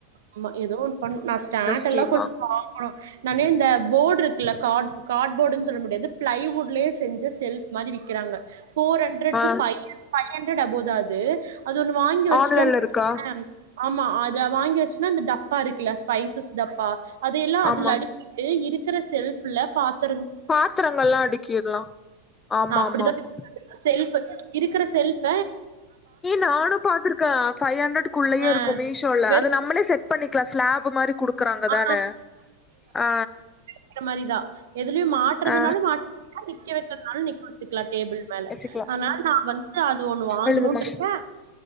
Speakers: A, on the right; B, on the left.
A: ஆமா ஏதோ ஒண்ணு பண் நா ஸ்டாண்ட்லா
B: ஸ்டீல்
A: கொஞ்சோ
B: வாங்கனு
A: வாங்கணு நானு இந்த போடு இருக்குல கார்ட் கார்ட் போர்டுன் சொல்ல முடியாது பிளைவுட்லே செஞ்ச செல்ஃப் மாரி விக்கிறாங்க ஃபோர் ஹண்ட்ரட்
B: ஆ
A: டு ஃபைவ் ஃபைவ் ஹண்ட்ரட் க்காது அது ஒண்ணு வாங்கி வச்சுட்டோன்
B: ஆன்லைன்ல இருக்கா
A: <unintelligible> ஆமா ஆல் வாங்கிவாசுன்னா அந்த டப்பாருக்குல ஸ்பைசஸ் டப்பா அதையெல்லா அதுல
B: ஆமா
A: அடிக்கிட்டு இரு இருக்குற செல்ஃப்ல பாத்
B: பாத்திரங்கள்லா அடுக்கிர்லா ஆமா
A: நா அப்டிதா
B: ஆமா ஆமா
A: செல்ஃப்பு இருக்கற செல்ஃப
B: ஏ நானு பாத்துருக்க ஃபைவ் ஹண்ட்ரட் குள்ளேயேருக்கு
A: அ
B: மீஷோல
A: வெறும்
B: அத நம்மளே செட் பண்ணிக்கலா ஸ்லாப் குடுக்குறாங்க
A: ஆ
B: தானே ஆ
A: அந்த மாரிதா எதுலயும் மாட்றதுனாலு
B: ஆ
A: மாட்டிக்லா நிக்க வைக்கறதுனாலு நிக்க வச்சுக்கலா டேபிள் மேல
B: வச்சுக்கலா
A: அனால நா வந்து அது ஒண்ணு வாங்கணுன்ருக்கே
B: எழுதுமா